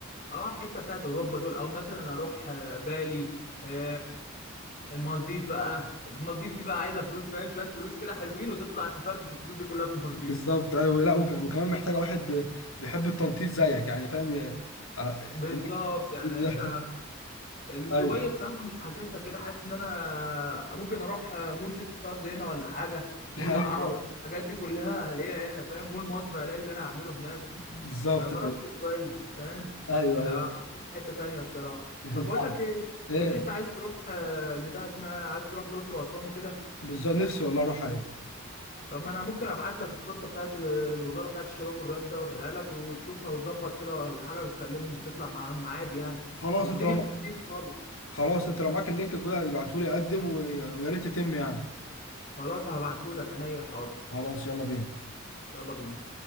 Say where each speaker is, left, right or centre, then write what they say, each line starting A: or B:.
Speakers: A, on the left; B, on the left.
A: اه حته بتاعت اوروبا دول او مثلا اروح آه، بالي آه، المالديف بقى المالديف دي بقى عايزه فلوس فاهم شويه فلوس كده حلوين وتطلع تفرتك الفلوس دي كلها في المالديف
B: بالظبط ايوه لا وك- وكمان محتاجه واحد ب- بيحب التنطيط زيك يعني فاهم ي- ع- هناك
A: بالظبط يعني
B: بالظبط.
A: انت دبي
B: <laughs> ايوه
A: الصراحه مش حاسسها كده حاسس ان انا ممكن اروح مول سيتي ستارز هنا ولا حاجه مول
B: <laughs> ايوه
A: العرب
B: ايوه
A: الحاجات دي كلها هلاقيها هنا فاهم مول مصر هلاقي اللي انا هعمله هناك
B: بالظبط
A: فما اروحش
B: ايوه
A: دبي فاهم
B: ايوه
A: آه،
B: ايوه
A: اروح في حته تانية الصراحه
B: <laughs>
A: طب بقول
B: صح.
A: لك ايه انت
B: ايه
A: مش انت عايز تروح آه، البتاع اسمها عايز تروح الاقصر واسوان وكده
B: بالظبط نفسي والله اروح ايوه
A: طب ما انا ممكن ابعت لك الخطه بتاعت الوزاره بتاعت الشباب والرياضه دي اوريها لك وتشوفها وتظبط كده ولا حاجه وتكلمهم وتطلع معاهم عادي يعني
B: خلاص
A: والدنيا
B: انت لو
A: في اللذيذ خالص
B: خلاص انت لو معاك اللينك كده ابعته لي اقدم ويا ريت تتم يعني
A: خلاص هبعتهولك عينيا حاضر
B: خلاص يلا بينا
A: يلا بينا